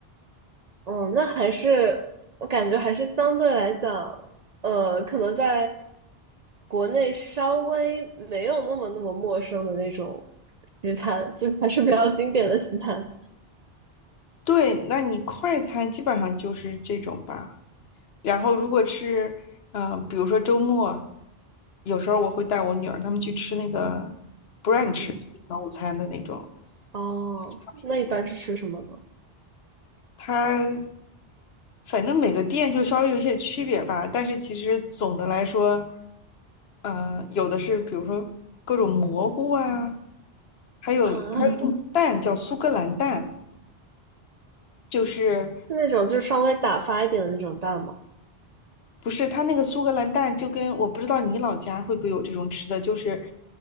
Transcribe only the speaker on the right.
嗯，那还是我感觉还是相对来讲，呃，可能在国内稍微没有那么那么陌生的那种西餐，就还是比较经典的西餐。
嗯，
哦，
那一般是吃什么呢？
啊，<laughs> 是
那种就是稍微打发一点的那种蛋吗？